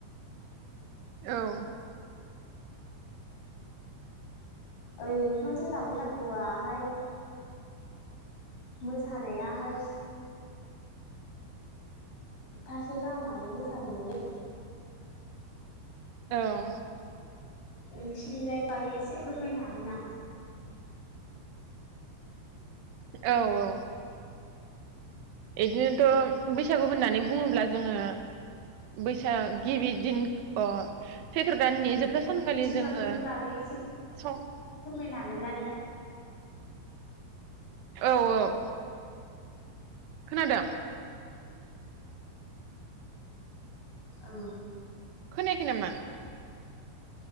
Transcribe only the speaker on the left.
ओरैनोथ' जोंना बैसागुवाहाय मोसानायाहाय हबथासे गाहामानो मोसाहैनाय जायो।
नोंसिनिजाय बागै एसे फोरमायनो हागोन ना?
नोंसिनिथिं
बागैनि बागै एसे
फोरमायनो हागोन ना नोङो
औ